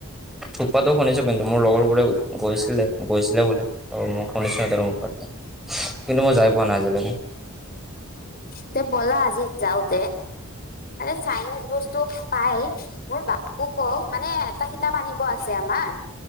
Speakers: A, in the centre; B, on the left.
A: থুকপাতো শুনিছো কিন্তু মোৰ লগৰবোৰে গৈছিলে গৈছিলে বোলে। ত মই শুনিছো সিহঁতৰ মুখত কিন্তু মই যাই পোৱা নাই আজিলৈকে।
B: তে ব'লা আজি যাওঁতে। আৰে চাইনিজ বস্তু পায়। মোৰ বাবুকো কয় মানে এটা কিতাপ আনিব আছে আমাৰ